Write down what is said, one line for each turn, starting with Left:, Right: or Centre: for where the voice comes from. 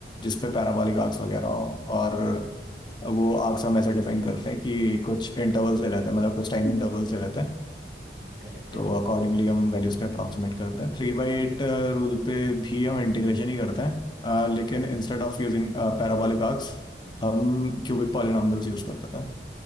Left: जिसपे पैराबोलिक आर्क्स वगैरह हो और वो आर्क्स हम ऐसे डिफाइन करते हैं कि कुछ इंटरवल्स ले लेते हैं मतलब कुछ टाइम इंटरवल्स ले लेते हैं
Right: हाँ करेक्ट
Left: तो
Right: है
Left: अकॉर्डिंगली हम वैल्यूज पे अप्रॉक्सीमेट करते हैं थ्री बाई एट रूल पे भी हम इंटीग्रेशन ही करते हैं अ,
Right: हाँ
Left: लेकिन instead of using parabolic arcs हम क्यूबिक पॉलिनॉमियल्स यूज करते हैं